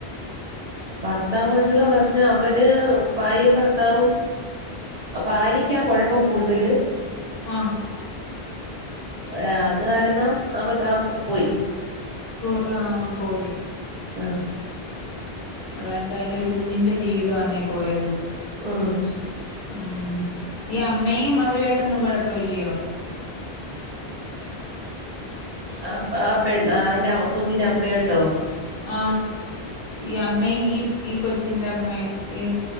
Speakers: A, on the right; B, on the left.
A: ഭർത്താവുമായിട്ടുള്ള പ്രശ്നം അവര് ഭാര്യയും ഭർത്താവും ഭാര്യക്കാ കുഴപ്പം കൂടുതല്
B: ആഹ്
A: ഏ അത് കാരണം ആ കൊച്ച
B: ആഹ്
A: പോയി
B: പോ ആഹ് പോയി
A: ആഹ്
B: ഉള്ള എന്താലും ഒരു കുഞ്ഞിന്റെ ജീവിതആന്നേ പോയത്
A: ആഹ്
B: ഉം ഈ അമ്മയും അവരുമായിട്ടൊന്നും കുഴപ്പഇല്ലയോ
A: ആഹ് ആപെണ് അയ്ൻ്റെ കുഞ്ഞിൻ്റെ അമ്മയിട്ടോ
B: ആ ഈ അമ്മയും ഈ ഈ കൊച്ചിന്റെ അമ്മെ ഈ